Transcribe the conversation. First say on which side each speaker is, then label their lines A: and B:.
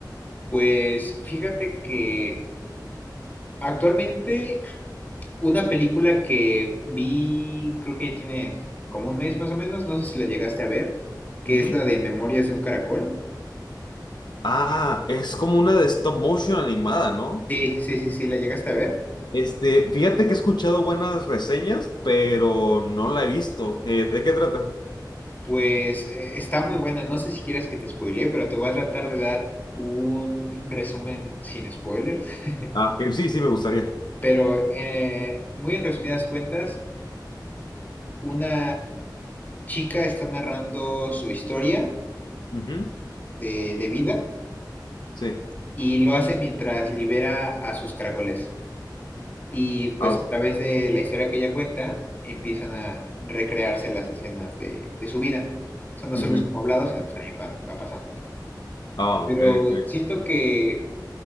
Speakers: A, on the left; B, on the left.
A: Pues fíjate que actualmente una película que vi, creo que ya tiene como un mes más o menos, no sé si la llegaste a ver, que
B: Ujú.
A: es la de Memorias de un Caracol.
B: Ah, es como una de stop motion animada, ¿no?
A: Sí, sí, sí, sí, la llegaste a ver.
B: Este, fíjate que he escuchado buenas reseñas, pero no la he visto. Eh, ¿de qué trata?
A: Pues eh, está muy buena, no sé si quieres que te spoilee, pero te voy a tratar de dar un resumen sin spoilers. <laughs>
B: Ah, que sí, sí, me gustaría.
A: Pero eh, muy en resumidas cuentas, una chica está narrando su historia
B: Ujú,
A: de, de vida
B: Sí.
A: y lo hace mientras libera a sus caracoles. Y pues
B: Ah,
A: a través de la historia que ella cuenta, empiezan a recrearse las escenas de, de su vida. O sea, no
B: ujú.
A: solo es como hablado, sino pues también van, va pasando, ¿no?
B: Ah,
A: Pero
B: ok, ok.
A: siento que,